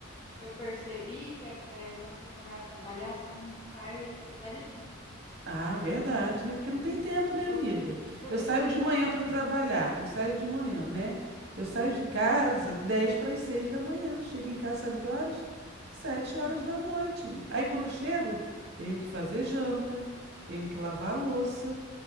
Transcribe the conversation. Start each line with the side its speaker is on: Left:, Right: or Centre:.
Left: Eu percebi que é, é, quando você começa a trabalhar, você não faz atividade física,
Right: Ah, verdade, né? Porque não tem tempo, né,
Left: vo-
Right: amiga?
Left: porque
Right: Eu saio
Left: não tem
Right: de manhã
Left: tempo.
Right: para trabalhar, eu saio de manhã, né? Eu saio de casa
Left: Uhum.
Right: 10 para as 6 da manhã, chego em casa, sabe que horas? Sete
Left: É,
Right: horas da noite. Aí quando eu chego,
Left: uhum,
Right: tenho que fazer janta, tenho que lavar a louça.